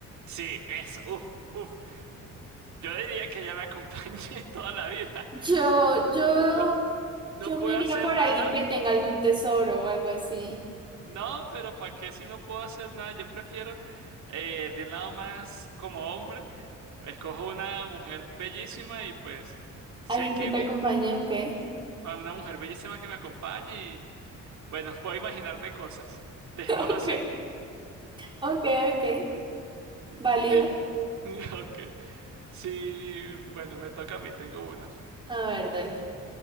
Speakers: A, on the right; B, on the right.
A: Sí, esa, uf, uf. Yo diría que ella me acompañe <laughs> toda la vida.
B: Yo,
A: No,
B: yo,
A: no, no
B: yo
A: puedo
B: me iría
A: hacer
B: por
A: nada.
B: alguien que tenga algún tesoro o algo así.
A: No, pero ¿para qué si no puedo hacer nada? Yo prefiero, eh, de un lado más como hombre, escojo una mujer bellísima y pues sé
B: Alguien
A: que
B: que te
A: bien,
B: acompañe, ok. <laughs>
A: a una mujer bellísima que me acompañe y bueno, puedo imaginarme cosas. Dejémoslo
B: Ok.
A: así.
B: Ok, ok. Válido.
A: Li- <laughs> Ok. Sí, bueno, me toca a mí, tengo una.
B: A ver, dale.